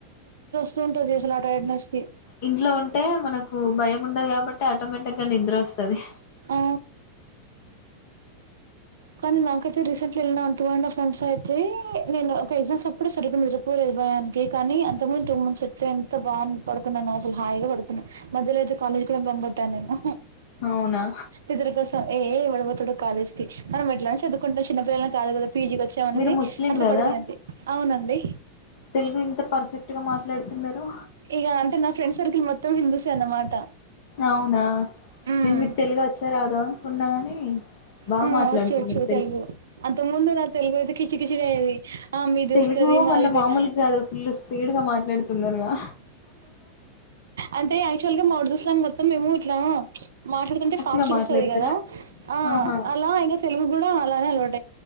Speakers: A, on the right; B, on the left.
A: అసలా టైర్డ్నెస్ కి
B: ఇంట్లో ఉంటే మనకు భయం ఉండదు కాబట్టి ఆటోమేటిక్ గా నిద్ర వస్తది
A: హ కానీ నాకైతే రిసెంట్లి ఎళ్లిన టూ అండ్ హాఫ్ మంత్స్ అయితే నేను ఒక ఎక్సమ్ అప్పుడు సర్రిగా నిద్రపోలేదు భయానికి కానీ అంతకుముందు టూ మంత్స్ వచ్చే ఎంత బాగా పడుకున్నానో అసలు హాయిగా పడుకున్నాను మధ్యలో అయితే కాలేజ్ కూడా బంకొట్ట నేనూ
B: అవునా
A: ఇద్దరి కోసం కాలేజ్ ఫీ మనం ఎట్లనో చదుకుంటాం చిన్న పిల్లలం కాదు కదా పీజీకి వచ్చామనేది
B: మీరు ముస్లిం
A: అట్లా
B: కదా
A: పడుకునేది అవునండి
B: తెలుగు ఇంత పర్ఫెక్ట్ గా మాట్లాడుతున్నారు
A: ఇక అంటే నా ఫ్రెండ్ సర్కిల్ మొత్తం హిందూసే అన్నమాట
B: అవునా
A: హ్మ్.
B: నేను మీకు తెలుగు వచ్చో రాదో అనుకున్నా కాని బాగా
A: ఆ
B: మాట్లాడుతున్నారు
A: వచ్చ వచ్చు తెలుగు అంత ముందు నా తెలుగు అయితే కిచి కిచిడి అయ్యేది ఆ మీది
B: తెలుగు
A: వస్తది మాదిది
B: మళ్ళా మామూలుగా కాదు ఫుల్ స్పీడ్ గా మాట్లాడుతున్నారుగా
A: అంటే యాక్చువల్గా మా ఉర్దూ స్లాగ్ మొత్త త్త మేము ఇట్లా మాట్లాడుతుంటే ఫాస్ట్
B: గా
A: కొస్తది
B: మాట్లాడతారా
A: కదా అ
B: ఆహా
A: అలా ఇక తెలుగు కూడా అలానే అలవాటు